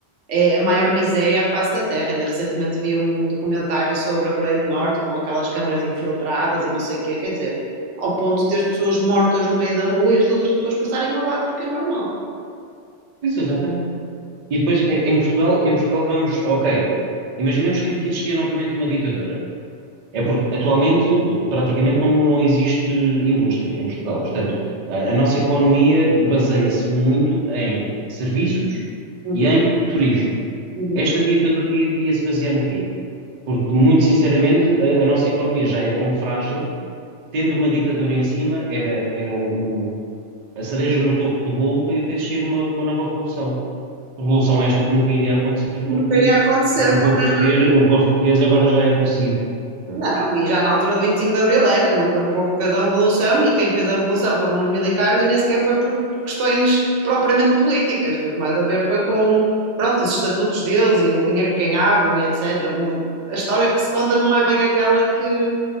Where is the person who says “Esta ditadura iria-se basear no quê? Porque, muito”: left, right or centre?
Right